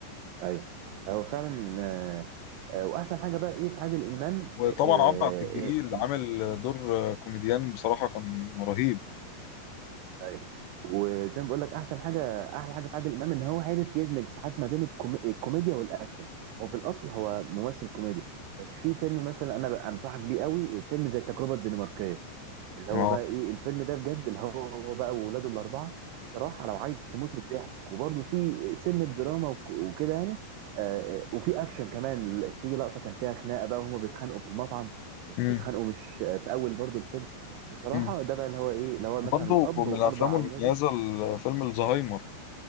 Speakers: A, on the right; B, on the left.
A: ايوه هو فعلا آه، آه، واحسن حاجه بقى ايه في عادل امام
B: وطبعا
A: آه، آه،
B: عمرو عبد الجليل
A: إيه،
B: عامل دور كوميديان بصراحة كان رهيب
A: ايوه وزي ما بقول لك احسن حاجه احلى حاجه في عادل امام ان هو عارف يدمج ساعات ما بين الكوم- الكوميديا والاكشن هو في الاصل هو ممثل كوميدي بس في فيلم مثلا انا بقى انصحك بيه قوي فيلم زي التجربه الدنماركيه اللي
B: اه
A: هو بقى ايه الفيلم ده بجد اللي هو بقى وولاده الاربعه بصراحه لو عايز تموت من الضحك وبرده في سنه دراما وك- وكده يعني آه، آه، وفي اكشن كمان في لقطه كان فيها خناقه بقى وهما بيتخانقوا في المطعم
B: امم
A: وبيتخانقوا مش آه، في اول برضو الفيلم بصراحه
B: امم
A: ده بقى اللي هو ايه اللي هو مثلا
B: وبرضه
A: الاب
B: من
A: واربع
B: الأفلام المميزة
A: اولاده
B: فيلم الزهايمر